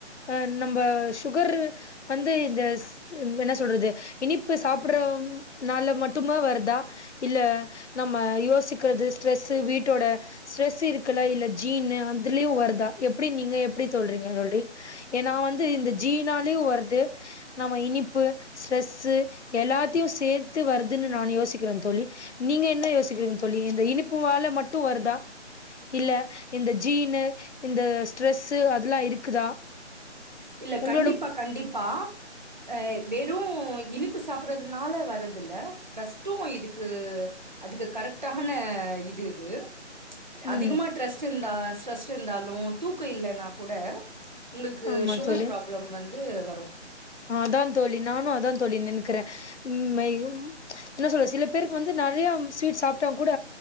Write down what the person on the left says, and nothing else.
அஹ் நம்ம சுகர்ரு வந்து இந்த என்ன சொல்றது இனிப்பு சாப்பிடறனால மட்டுமா வருதா இல்ல நம்ம யோசிக்கிறது ஸ்ட்ரெசு வீட்டோட ஸ்ட்ரெசு இருக்குல்ல இல்ல ஜீன் அந் துலயும் வருதா எப்டி நீங்க எப்படி சொல்றீங்க தோரி ஏ நா வந்து இந்த ஜீனாலயும் வருது நம்ம இனிப்பு ஸ்ட்ரெஸ்சு எல்லாத்தையும் சேத்து வருதுன்னு நானு யோசிக்கிற தோழி நீங்க என்ன யோசிக்கிறீங்க தோழி இந்த இனிப்பு வாழ மட்டு வருதா இல்ல இந்த ஜீனு இந்த ஸ்ட்ரெஸ்சு அதெல்லாம் இருக்குதா
உங்களோட
ம்
ஆமா
தோழி
அதா தோழி நானு அதா தோழி நெனுக்கற ம் ஏ ம் என்ன சொல்றது சில பேருக்கு வந்து நெறையா ஸ்வீட் சாப்ட்டா கூட